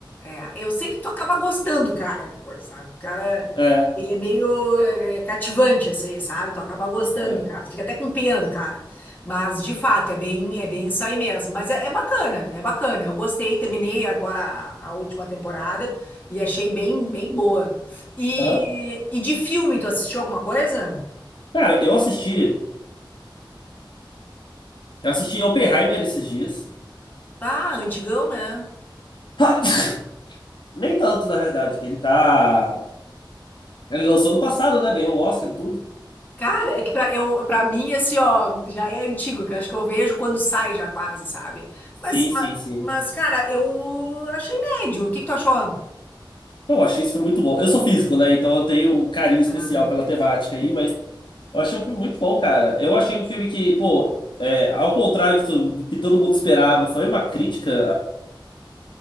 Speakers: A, on the left; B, on the left.
A: é. Eu sei que tu acaba gostando, do cara, depois, sabe? O cara,
B: É.
A: ele é meio é, é cativante, assim, sabe? Tu acaba gostando,
B: é.
A: do cara. Tu fica até com pena do cara. Mas, de fato, é bem, é bem isso aí mesmo. Mas é, é bacana, é bacana. Eu gostei, terminei agora a, a última temporada e achei bem, bem boa. E,
B: Aham.
A: e de filme, tu assistiu alguma coisa?
B: Cara, eu assisti. Eu assisti Oppenheimer esses dias.
A: Ah, antigão, né?
B: <laughs> <coughs> Nem tanto, na verdade. Ele tá. Ele lançou no passado, né? Ganhou o Oscar e tudo.
A: Cara, é que pra, eu, pra mim, assim, ó, já é antigo, que eu acho que eu vejo quando sai já quase, sabe? Mas,
B: Sim, sim,
A: ma-
B: sim.
A: mas, cara, eu achei médio. O que que tu achou?
B: Pô, eu achei esse filme muito bom. Eu sou físico, né? Então eu tenho um carinho especial
A: Ah,
B: pela temática aí, mas eu achei um filme muito bom, cara. Eu achei um filme que, pô, é, ao contrário de tu- do que todo mundo esperava, foi uma crítica